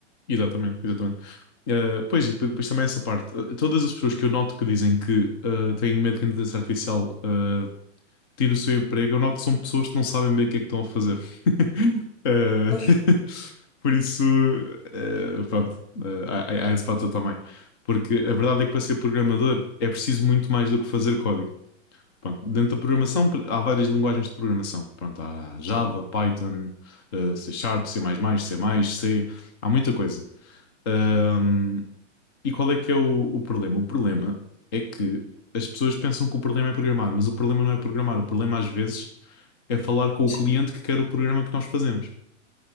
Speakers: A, on the left; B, on the left.
A: exatamente, exatamente. Eh, pois, e depois, depois também essa parte. Eh, Todas as pessoas que eu noto que dizem que eh, têm medo que a inteligência artificial eh, tire o seu emprego, eu noto que são pessoas que não sabem bem o que é que estão a fazer. <laughs> Eh,
B: Pois,
A: <laughs> por isso, eh, pronto, eh, há, há há esse fator também. Porque a verdade é que para ser programador é preciso muito mais do que fazer código. Pronto, dentro da programação há várias linguagens de programação. Pronto, há Java,
B: sim.
A: Python, eh, C Sharp, C++, C++, C, há muita coisa. Ahm, e qual é que é o, o problema? O problema é que as pessoas pensam que o problema é programar, mas o problema não é programar. O problema às vezes é falar com
B: sim.
A: o cliente que quer o programa que nós fazemos.